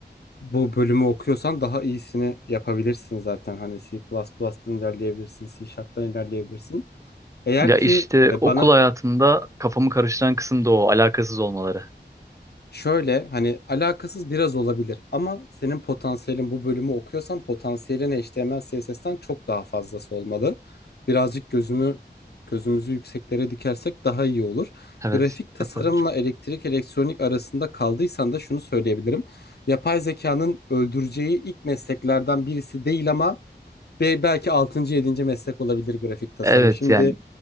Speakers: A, on the left; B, on the right.
A: bu bölümü okuyorsan daha iyisini yapabilirsin zaten. Hani C++'dan ilerleyebilirsin, C Sharp'tan ilerleyebilirsin. Eğer
B: Ya
A: ki
B: işte
A: e,
B: okul
A: bana
B: hayatımda kafamı karıştıran kısım da o alakasız olmaları.
A: Şöyle hani alakasız biraz olabilir ama senin potansiyelin bu bölümü okuyorsan potansiyelin HTML CSS'ten çok daha fazlası olmalı. Birazcık gözümü gözümüzü yükseklere dikersek daha iyi olur.
B: Evet,
A: Grafik tasarımla
B: yapabilirim.
A: elektrik elektronik arasında kaldıysan da şunu söyleyebilirim. Yapay zekanın öldüreceği ilk mesleklerden birisi değil ama be- belki altıncı yedinci meslek olabilir grafik tasarım.
B: Evet
A: Şimdi
B: yani